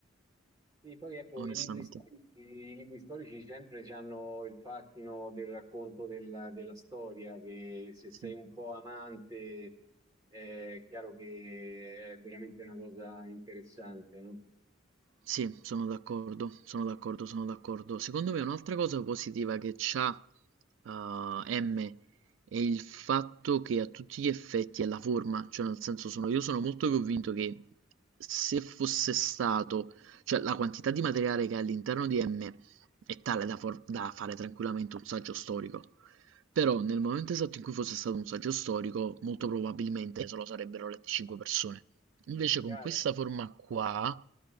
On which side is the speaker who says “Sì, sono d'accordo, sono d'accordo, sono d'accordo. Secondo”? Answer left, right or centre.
Right